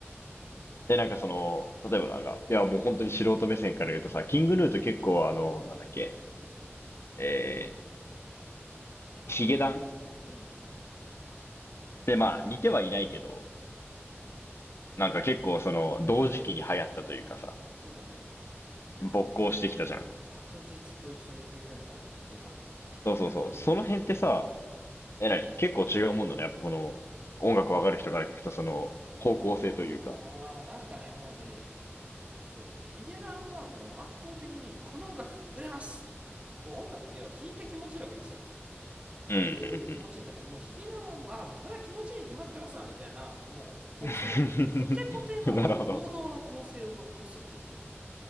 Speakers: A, on the left; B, on the right.
A: え、なんかその、例えばなんか、いやもう本当に素人目線から言うとさ、キングヌーと結構あの、なんだっけ、えー、ヒゲダンっ
B: うん、
A: てまあ似てはいないけど、なんか結構その、同時期に流行ったというかさ、
B: そうだね。
A: 勃興してきたじゃん。
B: 白日と一緒にプリテンダーみたいな、そういう感じだよね。確か。
A: そうそうそう。
B: だいたい時期的には。
A: その辺ってさ、えなに結構違うもんだね。やっぱこの、音楽わかる人から聞くとその、方向性というか。
B: ああ、なんかね、もうね、そう、ヒゲダンはもう圧倒的に、この音楽売れますもう音楽っていうのは聞いて気持ちいいわけですよ。
A: うんう
B: 聞いてて気持ちいいんだけど、もうヒゲダンはもう、ああ、もうこれは気持ちいいに決まってますみたいな、もう構成の、
A: ん
B: もうコテコテの王道の構成をこすってきてるのよ。
A: うん。<laughs> なるほど。